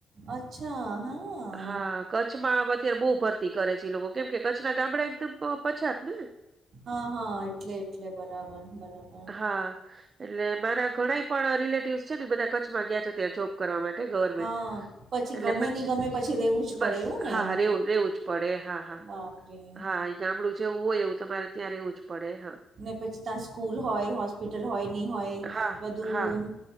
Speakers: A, on the right; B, on the right.
A: અચ્છા હા.
B: હા, કચ્છમાં અત્યારે બહુ ભરતી કરે છે લોકો કેમ કે કચ્છના ગામડા એકદમ પછાત ને.
A: હા હા એટલે એટલે બરાબર બરાબર.
B: હા એટલે મારા ઘણાય પણ રિલેટિવસ છે ને બધા કચ્છમાં ગયા છે ત્યારે જોબ કરવા માટે ગવર્મેન્ટ
A: હા પછી
B: એટલે
A: ગમે
B: પછી
A: નહી ગમે રેવું જ
B: બસ
A: પડે એવું ને
B: હા રેવું રેવું જ પડે હા હા
A: બાપરે
B: હા એ ગામડું છેવું હોય એવું તમારે ત્યા રેવું જ પડે હા
A: ને પછી ત્યાં સ્કૂલ હોય હોસ્પિટલ હોય નહી હોય
B: હા,
A: બધું
B: હા,